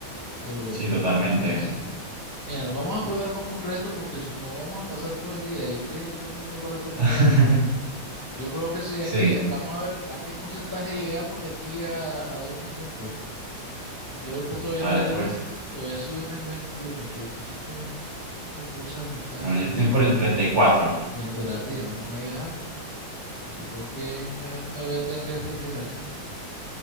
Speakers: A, on the left (about 30°); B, on the right (about 45°).
A: Pero,
B: sí,
A: pero
B: totalmente.
A: definitivamente. Mira, nos vamos a poner como un reto porque si no vamos a pasar todo el día. Yo te dije que el otro no lo terminé
B: <laughs>
A: de armar. Yo creo que sí, aquí.
B: Sí,
A: eh, Vamos a ver a qué porcentaje llegamos de aquí a, a dos minutos. Yo ahorita todavía
B: vale,
A: estoy del,
B: pues.
A: todavía sigo en el veintiuno Cherito, así que esta cosa me está...
B: Bueno, yo estoy por el treinta y cuatro
A: Bueno, espérate, ya vamos a llegar. Yo creo que me, me voy a tener que defender aquí.